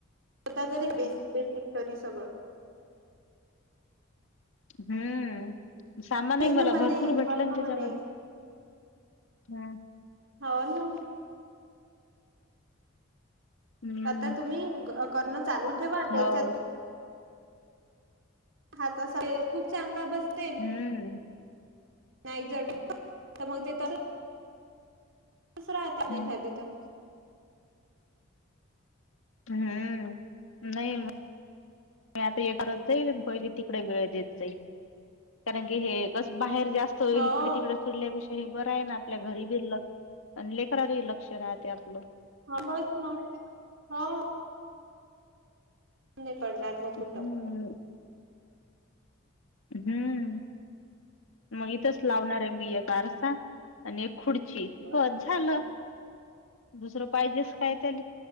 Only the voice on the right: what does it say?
ता जरी बेसिक -बेसिक तरी सगळं.
हे
ना म्हणे
करणं
म्हणे
हाव ना.
आता तुम्ही करणं चालू ठेवा त्याच्यात.
हा तसा हे खूप चांगला बसतेन.
नाही जर, कमवतेत.. तीच राहते, नाही
झाली तरं.
हो
हा बस ना हा. नाय पडणार मग कुट.
हो